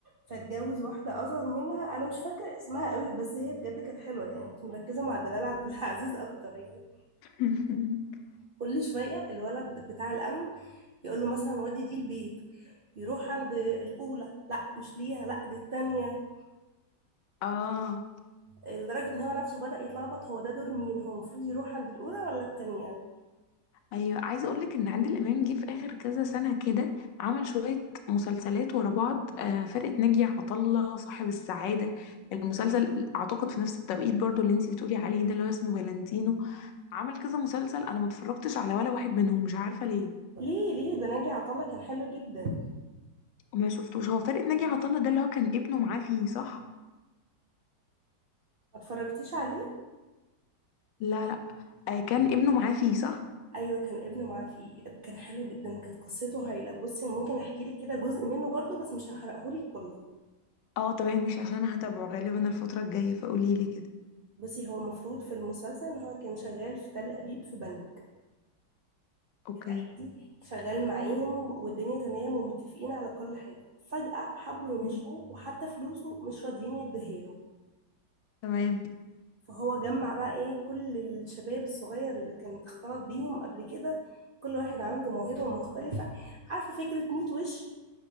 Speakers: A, on the right; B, on the left.
A: فاتجوز واحده اصغر منها انا مش فاكره اسمها قوي بس هي بجد كانت حلوه يعني كنت مركزه مع دلال عبد العزيز اكتر يعني
B: <laughs>
A: كل شويه الولد بتاع الامن يقول له مثلا ودي دي البيت يروح عند الاولى لا مش ليها لا دي التانية
B: اه
A: لدرجة ان هو نفسه بدأ يتلخبط هو ده دور مين هو المفروض يروح عند الأولى ولا التانية
B: ايوه عايزه اقول لك ان عادل امام جه في اخر كذا سنه كده عمل شويه مسلسلات ورا بعض آه فرقه ناجي عطا الله صاحب السعاده المسلسل اعتقد في نفس التوقيت برضو اللي انتي بتقولي عليه ده اللي هو اسمه فالنتينو عمل كذا مسلسل انا ما اتفرجتش على ولا واحد منهم مش عارفه ليه
A: ليه ليه ده ناجي عطا الله كان حلو جدا ما
B: ما شفتوش هو فرقه ناجي عطا الله ده اللي هو كان ابنه معاه فيه صح
A: اتفرجتيش عليه
B: لا لا آه كان ابنه معاه فيه صح
A: ايوه كان ابنه معاه فيه كان حلو جدا كانت قصته هايله بصي انا ممكن احكي لك كده جزء منه برضو بس مش هحرقه لك كله
B: اه تمام مش عشان انا هتابعه غالبا الفتره الجايه فقولي لي كده
A: بصي هو المفروض في المسلسل ان هو كان شغال في تل ابيب في بنك
B: اوكي
A: عادي شغال معاهم والدنيا تمام ومتفقين على كل حاجه فجاه حبوا يمشوه
B: مم.
A: وحتى فلوسه مش راضيين يديها له
B: تمام
A: فهو جمع بقى ايه كل الشباب الصغير اللي كانت اختلط بيهم قبل كده كل واحد عنده موهبة مختلفة عارفة فكرة ميت وش